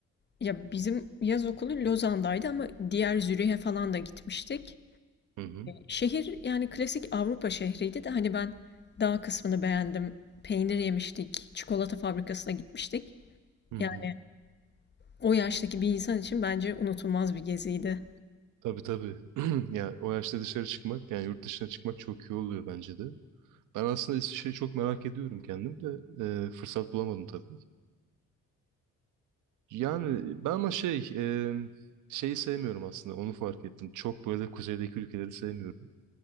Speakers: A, on the left (about 35°); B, on the right (about 90°).
A: Ya bizim yaz okulu Lozan'daydı ama diğer Zürih'e falan da gitmiştik.
B: Hı hı.
A: Şehir yani klasik Avrupa şehriydi de hani ben dağ kısmını beğendim. Peynir yemiştik, çikolata fabrikasına gitmiştik.
B: Hı
A: Yani
B: hı.
A: o yaştaki bir insan için bence unutulmaz bir geziydi.
B: Tabii tabii. <clears throat> Ya o yaşta dışarı çıkmak yani yurt dışına çıkmak çok iyi oluyor bence de. Ben aslında İsviçre'yi çok merak ediyorum kendim de e, fırsat bulamadım tabii. Yani ben ama şey e, şeyi sevmiyorum aslında onu fark ettim. Çok böyle kuzeydeki ülkeleri sevmiyorum.